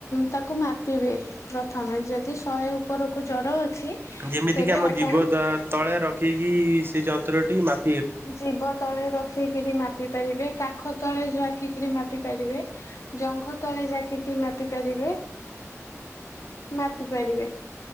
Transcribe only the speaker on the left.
ତାକୁ ମାପିବେ ପ୍ରଥମେ ଯଦି ଶହେ ଉପରକୁ ଜର ଅଛି।
ତେବେ
ଆପଣ
ଜୀବ ତଳେ ରଖିକିରି ମାପି ପାରିବେ କାଖ ତଳେ ଯାକିକିରି ମାପି ପାରିବେ। ଜଙ୍ଘ ତଳେ ଜାକିକିରି ମାପି ପାରିବେ। ମାପିପାରିବେ।